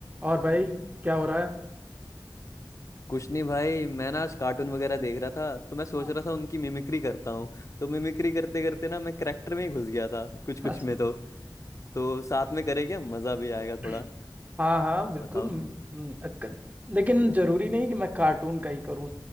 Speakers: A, on the right; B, on the left.
A: और भाई क्या हो रहा है
B: कुछ नहीं भाई मैं ना आज कार्टून वगैरह देख रहा था तो मैं सोच
A: हाँ
B: रहा था उनकी मिमिक्री करता हूँ तो मिमिक्री करते करते ना मैं करेक्टर में ही घुस गया था कुछ
A: अच्छा
B: कुछ में तो तो साथ में करेंगे मजा भी आएगा
A: <laughs>
B: थोड़ा
A: हाँ हाँ बिल्कुल
B: बताओ
A: हम्म, अक-
B: हम्म,
A: लेकिन जरूरी नहीं कि मैं कार्टून का ही करूँ